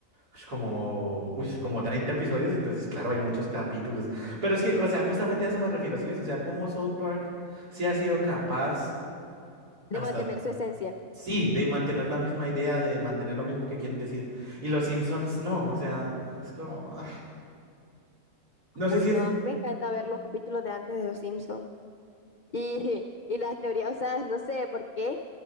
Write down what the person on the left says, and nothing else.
de
mantener su esencia.
Uy,
no,
a mí me encanta ver los capítulos de antes de Los Simpsons. Y, y las teorías, o sea, no sé por qué,